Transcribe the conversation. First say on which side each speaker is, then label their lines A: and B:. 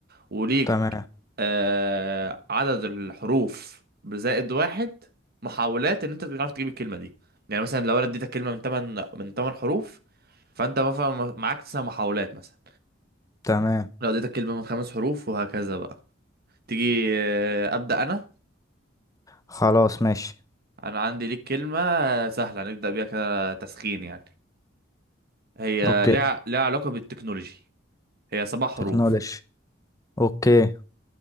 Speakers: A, on the right; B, on the left.
A: وليك
B: تمام
A: آه عدد الحروف بزائد واحد محاولات ان انت تعرف تجيب الكلمه دي يعني مثلا لو انا اديتك كلمه من ثمان من ثمان حروف فانت مثلا معاك تسع محاولات مثلا
B: تمام
A: لو اديتك كلمه من خمس حروف وهكذا بقى تيجي آه، ابدا انا
B: خلاص ماشي
A: انا عندي ليك كلمة سهلة نبدأ بيها كده تسخين يعني هي
B: اوكي
A: لها لها علاقة بالتكنولوجي هي سبع حروف
B: تكنولوجي اوكي